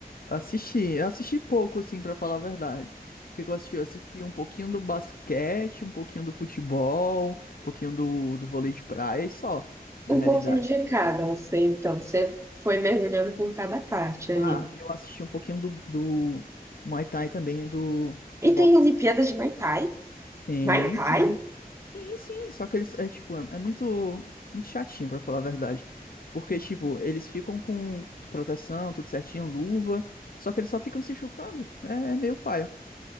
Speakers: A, on the left (about 65°); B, on the right (about 15°).
A: Assisti, eu assisti pouco, assim, pra falar a verdade. O que que eu assisti? Eu assisti um pouquinho do basquete, um pouquinho do futebol, um pouquinho do, do vôlei de praia e só, na
B: um
A: realidade.
B: pouquinho de cada, assim, então você foi mergulhando por cada parte ali.
A: Ah, eu assisti um pouquinho do, do Muay Thai também, do,
B: E
A: do boxe.
B: tem Olimpíadas de Muay Thai.
A: Tem,
B: Muay Thai?
A: tem. Sim, sim, só que eles é tipo, é, é muito muito chatinho pra falar a verdade, porque tipo, eles ficam com proteção, tudo certinho, luva, só que eles só ficam se chutando. É, é meio paia.